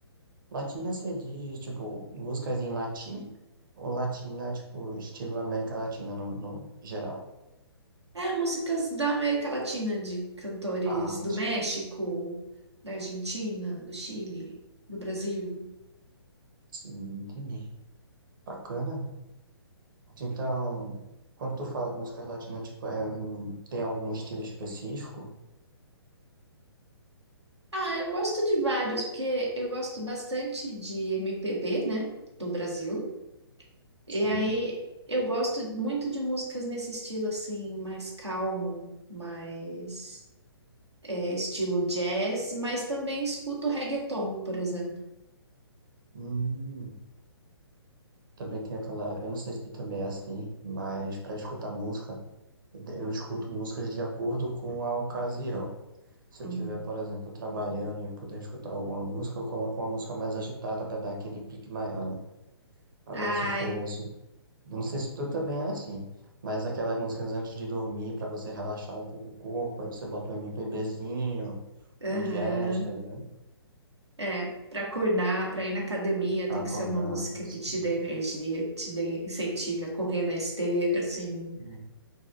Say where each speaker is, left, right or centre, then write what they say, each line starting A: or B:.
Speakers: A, on the right; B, on the right.
A: Latina você diz, tipo, músicas em latim? Ou latina, tipo, estilo América Latina no, no geral?
B: É, músicas da América Latina, de cantores
A: Ah,
B: do México, da Argentina, do Chile, do Brasil.
A: sim, entendi. Bacana. Então, quando tu fala de música latina, tipo, é, um- tem algum estilo específico?
B: Ah, eu gosto de vários, porque eu gosto bastante de MPB, né, do Brasil. E
A: Sim.
B: aí eu gosto muito de músicas nesse estilo assim, mais calmo, mais é, estilo jazz, mas também escuto reggaeton, por exemplo.
A: Hum, também tem aquela, eu não sei se tu também é assim, mas para escutar música, eu escuto músicas de acordo com a ocasião. Se
B: Uhum.
A: eu tiver, por exemplo, trabalhando e eu puder escutar alguma música, eu coloco uma música mais agitada para dar aquele pique maior, né? Agora,
B: Ai,
A: se eu fosse, eu não sei se tu também é assim, mas aquelas músicas antes de dormir, para você relaxar um pouco o corpo, aí você bota um MPBzinho.
B: aham.
A: ingesta, né?
B: É, para acordar, para ir na academia,
A: Pra
B: tem
A: Acordar.
B: que ser uma música
A: assim,
B: que te dê energia, que te dê incentive a correr na esteira, assim.
A: Hum,